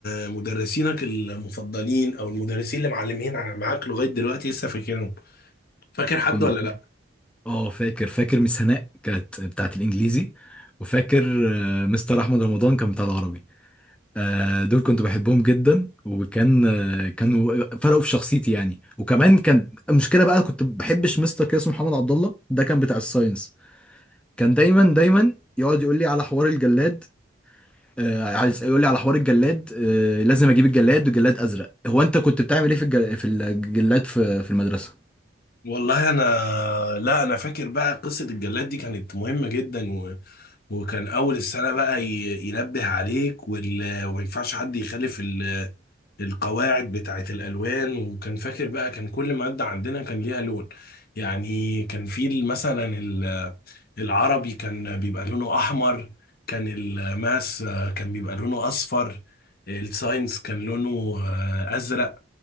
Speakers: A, on the left; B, in the centre.
A: آه، مدرسينك المفضلين او المدرسين اللي معلمين ع- معاك لغايه دلوقتي لسه فاكرهم فاكر حد
B: كنت
A: ولا لا
B: اه فاكر فاكر ميس هناء كانت بتاعت الانجليزي وفاكر آه، مستر احمد رمضان كان بتاع العربي آه، دول كنت بحبهم جدا وكان آه، كانوا فرقوا في شخصيتي يعني وكمان كان المشكله بقى كنت بحبش مستر كده اسمه محمد عبد الله ده كان بتاع الساينس كان دايما دايما يقعد يقول لي على حوار الجلاد آه، عايز يقول لي على حوار الجلاد آه، لازم اجيب الجلاد والجلاد ازرق هو انت كنت بتعمل ايه في الجل- في الجلاد في في المدرسه
A: والله انا لا انا فاكر بقى قصه الجلاد دي كانت مهمه جدا و... وكان اول السنه بقى ي... ينبه عليك وال... وما ينفعش حد يخالف القواعد بتاعة الألوان وكان فاكر بقى كان كل مادة عندنا كان ليها لون يعني كان في ال- مثلا ال- العربي كان بيبقى لونه أحمر كان الماس آه، كان بيبقى لونه أصفر الساينس كان لونه آه، أزرق